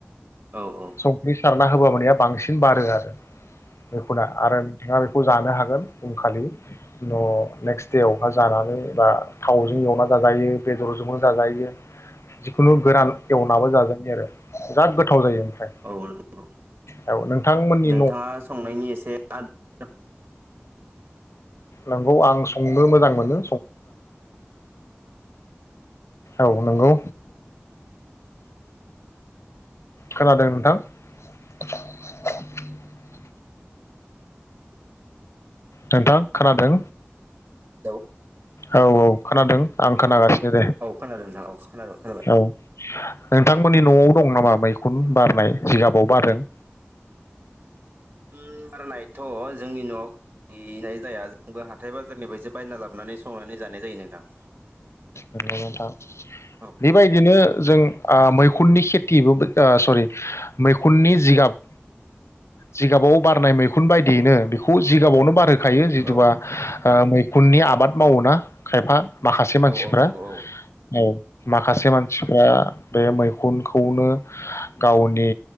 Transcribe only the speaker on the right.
औ औ
नंगौ
नोंथाङा संनायनि एसे आदब
हेलोउ
औ खोनादों नोंथां औ खोनाबाय खोनाबाय
मैखुन बारनायथ जोंनि नआव गैनाय जाया जोंबो हाथाय बाजारनिफ्रायसो बायना लाब बोनानै संनानै जानाय जायो नोंथां।
औ
औ
औ औ नंगौ